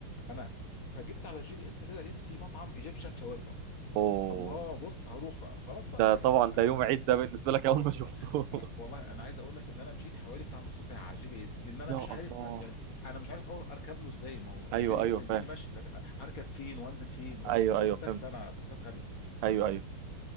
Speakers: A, on the left; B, on the right.
A: انا فجبت على الجي بي اس كده لقيت في مطعم ايجيبشن شاورما
B: <laughs> اوه
A: الله بص هروح بقى خلاص
B: ده
A: بقى
B: طبعا
A: يعني
B: ده يوم عيد ده بالنسبه لك اول
A: بص
B: ما شفته
A: بقى
B: <laughs>
A: انا والله انا عايز اقول لك ان انا مشيت حوالي بتاع نص ساعه على الجي بي اس لان انا
B: يا
A: مش عارف
B: الله
A: يعني انا مش عارف أو اركب له ازاي ما هو
B: ايوه
A: الجي بي
B: ايوه
A: اس هيديني
B: فاهم
A: ماشي لكن هركب فين وانزل فين واكيد
B: ايوه
A: مش
B: ايوه
A: هاخد تاكسي
B: فهمت
A: انا تاكسيات غاليه
B: ايوه ايوه